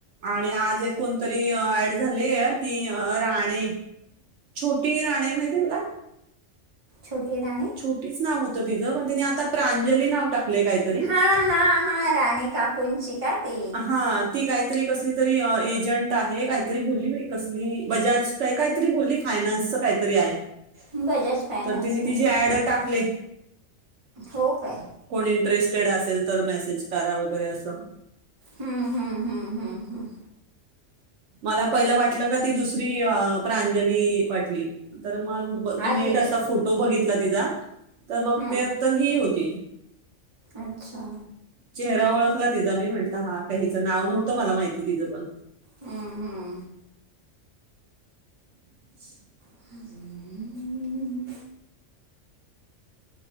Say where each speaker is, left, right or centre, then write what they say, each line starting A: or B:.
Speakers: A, on the right; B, on the right.
A: आणि आज एक कोणतरी ऍड झालिये ती राणे छोटी राणे, माहिती आहे तुला?
B: छोटी राणी
A: छोटीच नाव होतं तिचं, पण तिने आता प्रांजली नाव टाकले काहीतरी
B: हा हा हा राणे काकुंची का ती
A: हा, ती काहीतरी कसली तरी एजंट आहे. काहीतरी बोलली बाई कसली बजाज काय काहीतरी बोलली फायनान्सच काहीतरी आहे.
B: बजाज फायनान्समध्ये
A: तर तिने तिचीे
B: असेल
A: ऍड टाकले.
B: हो काय.
A: कोण इंटरेस्टेड असेल तर मेसेज करा वगैरे असं.
B: हम्म हम्म हम्म हम्म हम्म
A: मला पहिलं वाटलं का ती दुसरी प्रांजली वाटली. तर मग मी
B: आहे
A: नीट
B: रे
A: असा फोटो बघितला तिचा, तर बघते
B: हम्म
A: तर ही होती.
B: अच्छा
A: चेहरा ओळखला तिचा मी म्हटल हा का हीचं नाव नव्हतं मला माहिती तिचं पण.
B: हम् हम्
A: <inaudible>
B: <unintelligible> हम्म